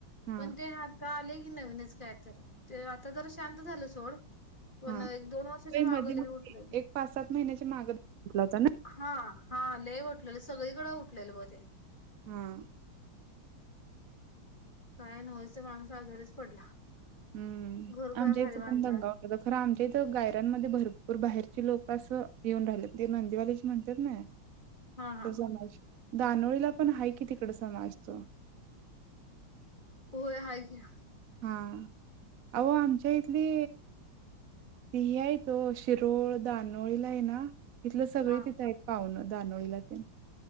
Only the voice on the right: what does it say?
हा
हा
म
मधी
एक पाच सात महिन्याची माग घेतला होता ना.
हम.
हम्म
आमच्या
इथं
पण दंगा हो. खरं आमच्या इथं गायर्यांमध्ये भरपूर बाहेरचे लोक असं येऊन राहिले ते नंदीवालीची म्हणतात नाही.
तो समाज दानोळीला पण आहे कि तिकड समाज तो.
हां अहो आमच्या इथली. ती ह आहे त शिरोळ दानोळीला आहे ना तिथलं सगळी
तिथं. पाहण दानोळीला ते.